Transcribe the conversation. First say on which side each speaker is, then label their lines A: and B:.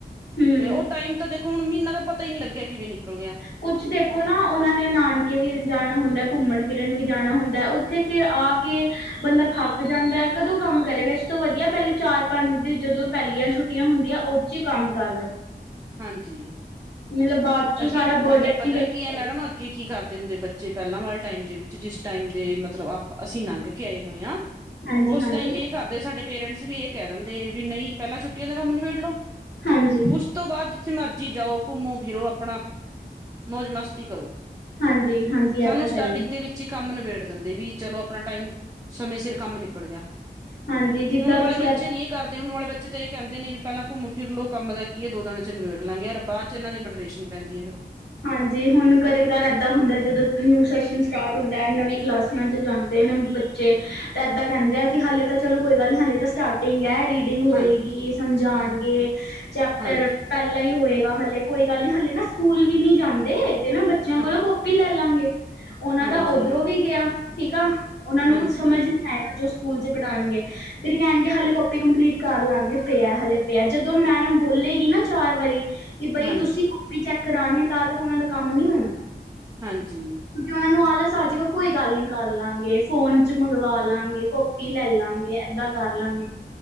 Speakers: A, on the left; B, on the right.
A: ਹੂੰ
B: ਤੇ ਉਹ ਟਾਈਮ ਤਾਂ ਦੇਖ ਹੁਣ ਮਹੀਨਾ ਦਾ ਪਤਾ ਹੀ ਨੀ ਲੱਗਿਆ ਕਿਵੇਂ ਨਿਕਲ ਗਿਆ।
A: ਕੁਛ ਦੇਖੋ ਨਾ ਉਹਨਾਂ ਨੇ ਨਾਨਕੇ ਵੀ ਜਾਣਾ ਹੁੰਦਾ ਘੁੰਮਣ ਫਿਰਨ ਵੀ ਜਾਣਾ ਹੁੰਦਾ। ਤੇ ਫਿਰ ਆ ਕੇ ਬੰਦਾ ਥੱਕ ਜਾਂਦਾ ਹੈ ਕਦੋਂ ਕੰਮ ਕਰੇਗਾ ਇਸ ਤੋਂ ਵਧੀਆ ਪਹਿਲੇ ਚਾਰ ਪੰਜ ਦੀ ਜਦੋਂ ਪਹਿਲੀਆਂ ਛੁੱਟ ਹੁੰਦੀਆਂ ਉਹ ਚ ਹੀ ਕੰਮ ਕਰਲੋ।
B: ਹਾਂਜੀ।
A: ਮਤਲਬ ਬਾਅਦ ਚੋਂ
B: ਅੱਗੇ
A: ਸਾਰਾ ਬਰਡਨ
B: ਅੱਗੇ ਪਤਾ
A: ਇਕੱਠਾ
B: ਕੀ ਹੈ
A: ਕਰਨਾ
B: ਮੈਡਮ। ਕੀ ਕੀ ਕਰਦੇ ਹੁੰਦੇ ਬੱਚੇ ਪਹਿਲਾਂ ਵਾਲੇ ਟਾਈਮ ਦੇ ਵਿੱਚ ਜਿਸ ਟਾਈਮ ਦੇ ਮਤਲਬ ਆਪ ਅਸੀਂ ਲੰਘ ਕੇ ਆਏ ਹੋਏ ਹੈ।
A: ਹਾਂਜੀ
B: ਉਸ
A: ਹਾਂਜੀ
B: ਟਾਈਮ ਇਹ ਕਰਦੇ ਸਾਡੇ ਪੇਰੈਂਟਸ ਵੀ ਇਹ ਕਹਿ ਦਿੰਦੇ ਵੀ ਨਹੀਂ ਪਹਿਲਾਂ ਛੁੱਟੀਆਂ ਦਾ ਕੰਮ ਨਿਬੇੜ ਲੋ।
A: ਹਾਂਜੀ
B: ਉਸ ਤੋਂ ਬਾਅਦ ਜਿੱਥੇ ਮਰਜ਼ੀ ਜਾਓ ਘੁੰਮੋ ਫਿਰੋ ਆਪਣਾ ਮੌਜ ਮਸਤੀ ਕਰੋ।
A: ਹਾਂਜੀ ਹਾਂਜੀ ਇਹ
B: ਸਾਨੂੰ
A: ਤਾਂ ਹੈ
B: ਸਟਾਰਟਿੰਗ
A: ਹੀ
B: ਦੇ ਵਿੱਚ ਚੀ ਕੰਮ ਨਿਬੇੜ ਦਿੰਦੇ ਵੀ ਚਲੋ ਆਪਣਾ ਟਾਈਮ ਸਮੇਂ ਸਿਰ ਕੰਮ ਨਿਬੜ ਗਿਆ।
A: ਹਾਂਜੀ ਜਿੱਦਾਂ
B: ਹੁਣ ਵਾਲੇ
A: ਤੁਸੀਂ
B: ਬੱਚੇ ਨਹੀਂ ਇਹ ਕਰਦੇ। ਹੁਣ ਵਾਲੇ ਬੱਚੇ ਤੇ ਇਹ ਕਹਿੰਦੇ ਨੇ ਵੀ ਪਹਿਲਾਂ ਘੁੰਮ ਫਿਰ ਲੋਓ ਕੰਮ ਦਾ ਕੀ ਹੈ ਦੋ ਦਿਨਾਂ ਚ ਨਿੇੜ ਲਾਂਗੇ ਯਰ ਬਾਅਦ ਚ ਇਹ ਦੇ ਵਡਰੇਸ਼ਨ ਪੈਂਦੀ ਹੈ ਫਿਰ
A: ਹਾਂਜੀ ਹੁਣ ਕਦੇ ਕਦਾਰ ਇੱਦਾਂ ਹੁੰਦਾ ਜਦੋਂ ਨਿਊ ਸੈਸ਼ਨ ਸਟਾਰਟ ਹੁੰਦਾ ਨਵੀਂ ਕਲਾਸਾਂ 'ਜਾਂਦੇ ਨੇ ਬੱਚੇ ਬੱਚੇ ਤਾਂ ਇਏਦਾਂ ਕਹਿੰਦੇ ਆ ਕਿ ਹਾਲੇ ਤਾਂ ਚਲੋ ਕੋਈ ਗੱਲ ਨਹੀਂ ਹਾਲੇ ਤਾਂ ਸਟਾਰਟਿੰਗ ਹੈ ਰੀ <unintelligible>
B: ਹਾਂ
A: ਸਮਝਾਣਗੇ
B: ਹਾਂ
A: ਚੈਪਟਰ
B: ਹਾਂਜੀ
A: ਪਹਿ ਹੀ ਹੋਏਗਾ ਹਲੇੇ ਕੋਈ ਗੱਲ ਨੀ ਹਲੇੇ ਨਾ ਸਕੂਲ ਵੀ ਨੀ ਜਾਂਦੇ ਤੇ ਨਾ ਬੱਚਿਆਂ ਕੋਲੋਂ
B: ਹਾਂ
A: ਕਾਪੀ ਲੈ। ਲੈ ਲਾਂਗੇ ਉਹਨਾਂ
B: ਹਾਂਜੀ
A: ਦਾ ਉੱਧਰੋਂ ਵੀ ਗਿਆ ਠੀਕ ਆ ਉਹਨਾਂ ਨੂੰ
B: ਹਾਂਜੀ
A: ਕੁੱਛ ਸਮਝ ਨਹੀਂ। ਆਇਗਾ ਜੋ ਸਕੂਲ ਚ ਪੜ੍ਹਾਉਣਗੇ। ਫਿਰ ਕਹਿਣਗੇ ਹਲੇੇ ਕਪੀ ਕੰਪਲੀਟ ਕਰ ਲਾਂਗੇ ਪਿਆ ਹਲੇ ਪਿਆ ਜਦੋਂ ਮੈਡਮ ਬੋਲੇਗੀ ਨਾ ਚਾਰ ਵਾਰੀ। ਕਿ ਬਈ
B: ਹਾਂਜੀ
A: ਤੁਸੀਂ ਕਾਪੀ ਚੈੱਕ ਕਰਣੀ ਆ ਤਾਂ ਤੱਕ ਉਹਨਾਂ ਦਾ ਕੰਮ ਨਹੀਂ ਹੋਣਾ।
B: ਹਾਂਜੀ।
A: ਕਿਉਂਕਿ ਉਹਨਾਂ ਨੂੰ ਆਲਸ ਆ ਜ੍ਹ ਕੋਈ ਗੱਲ ਨੀ ਕਰ ਲਵਾਂਗੇ ਫੋਨ ਚ ਮੰਗਵਾ ਲਵਗੇ ਕੋ। ਕੌਪੀ ਲੈ ਲਵਾਂਗੇ ਏਦਾਂ ਕਰ ਲਾਂਗੇ।